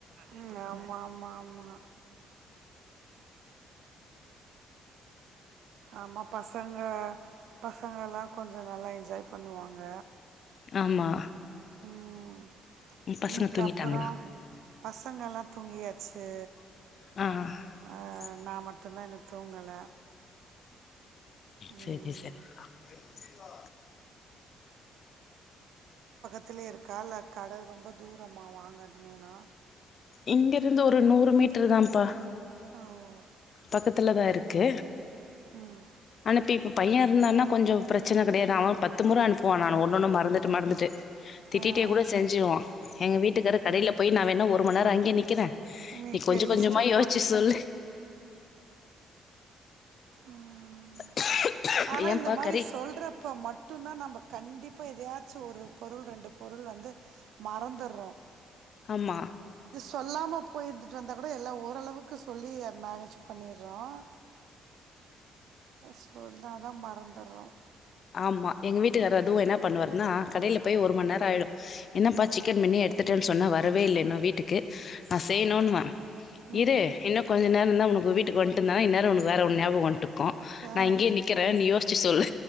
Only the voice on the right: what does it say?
உம் ஆமா ஆமா ஆமா ஆமா பசங்க பசங்க எல்லாம் கொஞ்சோ நல்லா என்ஜாய் பண்ணுவாங்க
ம்
இன்னைக்கு
அப்புறம் பசங்கல்லா தூங்கியாச்சு
அ நான் மட்டு தான் இன்னு தூங்கல ம்.
பக்கத்துலே இருக்கா இல்ல கட ரொம்ப தூரமா வாங்கணும்னா
உம்
ம்.
ஆ, ஆ.
நீங்க
லிஸ்ட்
போட்டு
உம்
ஆனா
இந்த மாரி
சொல்றப்ப மட்டும் தான் நம்ப கண்டிப்பா எதயாச்சும் ஒரு பொருள் ரெண்டு பொருள் வந்து மறந்துறோம்
சொல்லாம போயி எடுத்துட்டு வந்தா கூட எல்லாம் ஓரளவுக்கு சொல்லி மேனேஜ் பண்ணிறோம் சொன்னாதான் மறந்துறோம்
ம்
ஆ